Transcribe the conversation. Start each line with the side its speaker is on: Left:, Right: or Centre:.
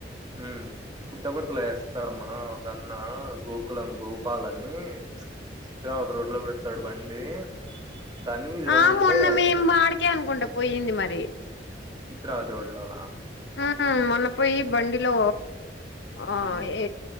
Right: మ్మ్ పుట్టపర్తి లో చేస్తారు మా గన్ గోకులం గోపాల్ అని సిత్రావతి రోడ్ లో పెడు తొడు బండి కనీసం
Left: ఆ
Right: అంటే
Left: మొన్న మేం అడికే అనుకుంటా పోయింది మరి
Right: చిత్రావతి రోడ్ లోనా
Left: ఆ మొన్న పోయి బండిలో ఆ
Right: ఉమ్
Left: ఏ